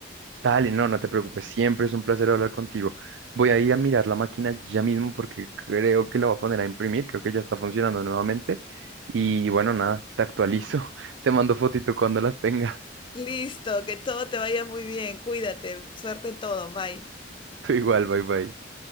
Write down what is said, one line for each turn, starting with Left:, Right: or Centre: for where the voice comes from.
Right: Dale, no, no te preocupes, siempre es un placer hablar contigo. Voy a ir a mirar la máquina ya mismo porque creo que la voy a poner a imprimir, creo que ya está funcionando nuevamente. Y bueno, nada, te actualizo, <laughs> te mando fotito cuando las tenga.
Left: Listo, que todo te vaya muy bien. Cuídate. Suerte en todo. Bye.
Right: <laughs> Tú igual, bye bye.